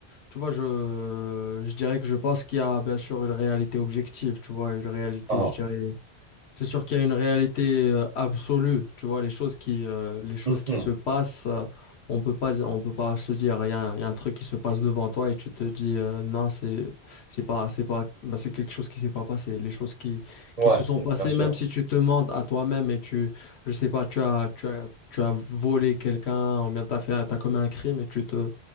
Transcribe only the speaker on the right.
Ah,
mhm.
Ouais,
bien sûr.